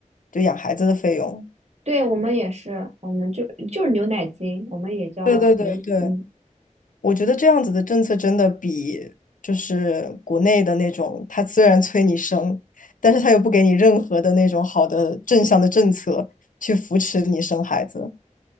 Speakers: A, on the left; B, on the right.
A: 就养孩子的费用。
B: 对，我们也是，我们就就是牛奶金，我们也叫牛，
A: 对对对对，
B: 嗯，
A: 我觉得这样子的政策真的比就是国内的那种，他虽然催你生，但是他又不给你任何的那种好的正向的政策去扶持你生孩子。